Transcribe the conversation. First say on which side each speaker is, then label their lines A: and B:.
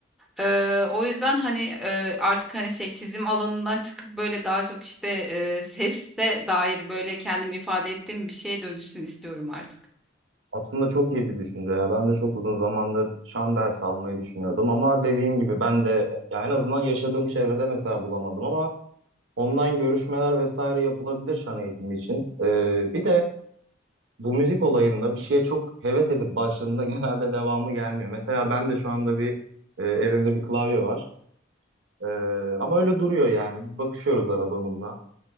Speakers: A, in the centre; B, on the right.
A: Eee, o yüzden hani eee, artık hani şey çizim alanından çıkıp böyle daha çok işte eee, sesse dair böyle kendimi ifade ettiğim bir şeye dönüşsün istiyorum artık.
B: Aslında çok iyi bir düşünce ya. Ben de çok uzun zamandır şan dersi almayı düşünüyordum ama dediğim gibi ben de ya en azından yaşadığım çevrede mesela bulamadım ama Online görüşmeler vesaire yapılabilir şan eğitimi için. Ee, bir de bu müzik olayında bir şeye çok heves edip başladığında <laughs> genelde devamı gelmiyor. Mesela ben de şu anda bir e, evimde bir klavye var. Ee, ama öyle duruyor yani. Biz bakışıyoruz arada onunla.